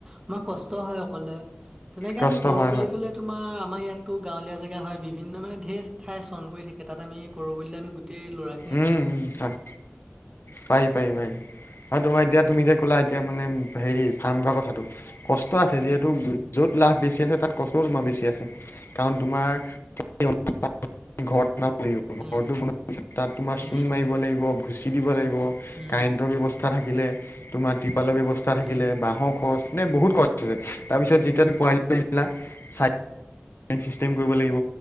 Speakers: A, on the right; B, on the left.
A: আমাৰ কষ্ট হয় অকলে তেনেকে
B: কষ্ট
A: আমি কৰো
B: হয়,
A: বুলি
B: হয়,
A: ক'লে তোমাৰ আমাৰ ইয়াতো গাঁৱলীয়া জেগা। হয় বিভিন্ন মানে ধেৰ ঠাই চন পৰি থাকে ত আমি কৰো বুলিলে আমি গোটেই ল'ৰা
B: উম, উম হয় পাৰি পাৰি হয়। হয় তোমাৰ এতিয়া তুমি যে ক'লা এতিয়া মানে হেৰি ফাৰ্ম খোলা কথাটো। কষ্ট আছে যিহেতু য'ত লাভ বেছি আছে তাত কষ্টও তোমাৰ বেছি আছে। কাৰণ তোমাৰ <unintelligible> ঘৰতো
A: উম
B: বনো তাত তোমাৰ চূণ
A: উম
B: মাৰিব লাগিব ভুচি দিব লাগিব
A: উম
B: কাৰেণ্টৰ ব্যৱস্থা থাকিলে তোমাৰ তিপালৰ ব্যৱস্থা
A: উম
B: থাকিলে বাহঁৰ খৰচ মানে বহুত খৰছ। তাৰপিছত যেতিয়া পোৱালি <unintelligible> চিষ্টেম কৰিব লাগিব